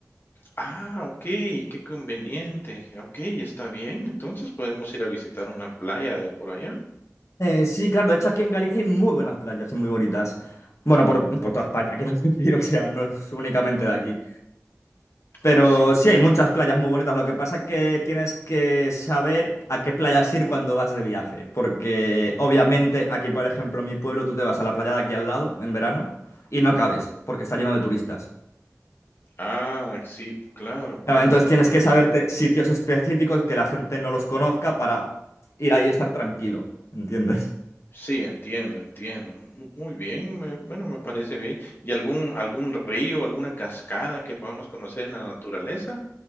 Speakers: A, on the left; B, on the left.
A: Ah, okey, qué conveniente. Okey, está bien. Entonces podemos ir a visitar una playa de por allá.
B: Eh, sí, claro, de hecho aquí en Galicia hay muy buenas playas y muy bonitas. Bueno, por, por toda España, <laughs> quiero decir, o sea, no es únicamente de aquí. Pero
A: Ah, sí.
B: sí hay muchas playas muy bonitas, lo que pasa es que tienes que saber a qué playas ir cuando vas de viaje, porque obviamente aquí, por ejemplo, en mi pueblo, tú te vas a la playa de aquí al lado en verano y no cabes, porque está lleno de turistas.
A: Ah, sí, claro, pues.
B: Claro, entonces tienes que saberte sitios específicos que la gente no los conozca para ir ahí y estar tranquilo, ¿entiendes?
A: Sí, entiendo, entiendo. Mu- Muy bien, me- bueno, me parece bien. ¿Y algún, algún río, alguna cascada que podamos conocer en la naturaleza?